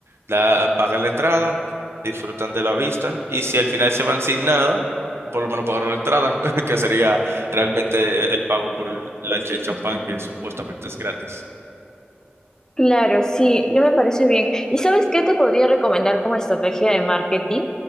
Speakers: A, on the right; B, on the left.
A: la, pagan la entrada, disfrutan de la vista, y si al final se van sin nada, por lo menos pagaron la entrada, <laughs> que sería realmente el pago por el, la- el champán, que supuestamente es gratis.
B: Claro, sí, yo me parece bien. ¿Y sabes qué te podría recomendar como estrategia de marketing?